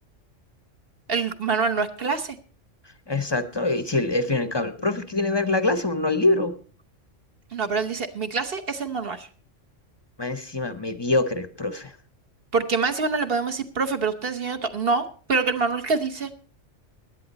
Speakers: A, on the right (about 50°); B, on the left (about 25°).
A: El manual no es clase.
B: Exacto, y si el, al fin y al cabo el profe es que tiene que ver la clase, pues, no el libro.
A: No, pero él dice, mi clase es el manual.
B: Más encima, mediocre el profe.
A: Porque más encima no le podemos decir, profe, pero usted enseñó esto. No, pero que el manual que dice.